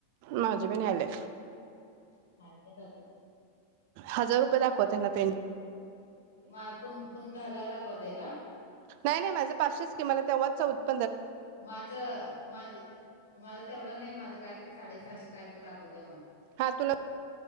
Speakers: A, on the right; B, on the left.
A: माझे बी नाही आले
B: आणि काय चाललेय
A: हजार रुपये दाखवतयना पेंडिं
B: माझ तुमचं तुमच हजार दाखवतय ते का
A: नाही नाही माझे पाचशेच की तेव्हा चौदा
B: माझं माझ माझ तेवढं नाही माझं काय <unintelligible> साडेसहाशे कायतर दाखवतेय माझं
A: हा तुला